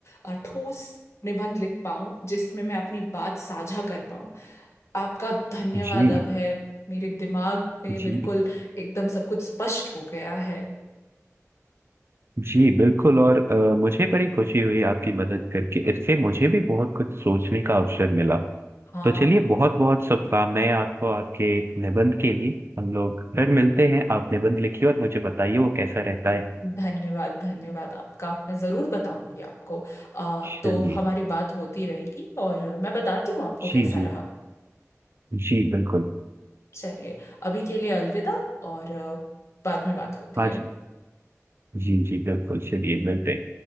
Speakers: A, on the left; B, on the right.
A: अ, ठोस निबंध लिख पाऊं जिसमें मैं अपनी बात साझा कर पाऊं आपका धन्यवाद
B: जी
A: अब है मेरे दिमाग में
B: जी
A: बिल्कुल एकदम सब कुछ स्पष्ट हो गया है
B: जी बिल्कुल और अ, मुझे बड़ी खुशी हुई आपकी मदद करके इससे मुझे भी बहुत कुछ सोचने का अवसर मिला
A: हाँ
B: तो चलिए बहुत बहुत शुभकामनाएं आपको आपके निबंध के लिए हम लोग फिर मिलते हैं आप निबंध लिखिए और मुझे बताइए वो कैसा रहता है
A: धन्यवाद धन्यवाद आपका मैं ज़रूर बताऊंगी आपको आ,
B: चलिए
A: तो हमारी बात होती रहेगी और मैं बताती हूँ आपको
B: जी
A: कैसा
B: जी
A: रहा
B: जी बिल्कुल
A: चलिए अभी के लिए अलविदा और आ, बाद में बात होती
B: हाँ
A: है
B: जी जी जी बिल्कुल चलिए मिलते हैं